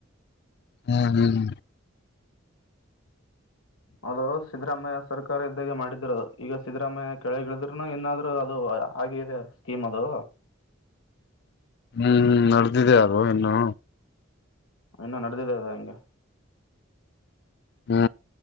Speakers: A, on the left; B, on the left.
A: ಹ್ಮ್ ಹ್ಮ್
B: ಅದು ಸಿದ್ದರಾಮಯ್ಯ ಸರ್ಕಾರ ಇದ್ದಾಗೆ ಮಾಡಿದ್ರು ಅದು ಈಗ ಸಿದ್ದರಾಮಯ್ಯ ಕೆಳಗಿಳಿದ್ರುನು ಏನಾದ್ರು ಅದು ಹಾಗೆ ಇದೆ ಸ್ಕೀಮ್ ಅದು.
A: ಹ್ಮ್ ಹ್ಮ್ ನಡೆದಿದೆ ಅದು ಇನ್ನು.
B: ಇನ್ನು ನಡೆದಿದೆ ಹಂಗೆ.
A: ಹ್ಮ